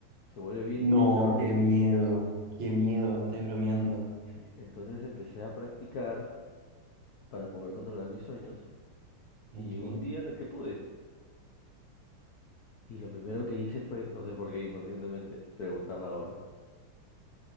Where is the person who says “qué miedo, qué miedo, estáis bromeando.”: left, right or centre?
Right